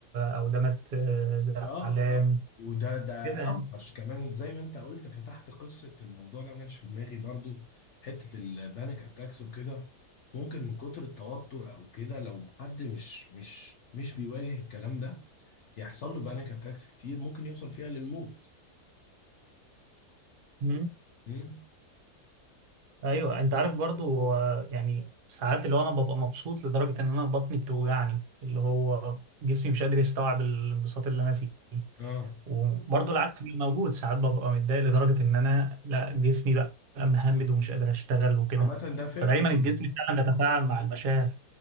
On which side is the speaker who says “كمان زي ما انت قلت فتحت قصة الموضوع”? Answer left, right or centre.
Left